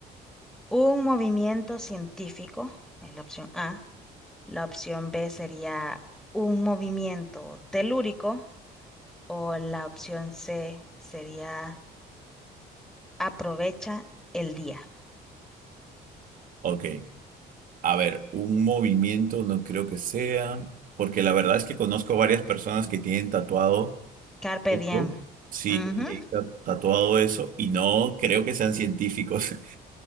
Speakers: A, in the centre; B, on the right.
A: un movimiento científico, en la opción A La opción B sería un movimiento telúrico o la opción C sería aprovecha el día.
B: Ok. A ver, un movimiento no creo que sea, porque la verdad es que conozco varias personas que tienen tatuado,
A: Carpe
B: Eso.
A: diem.
B: sí,
A: Ujú.
B: que tienen ta- tatuado eso, y no creo que sean científicos, <laughs>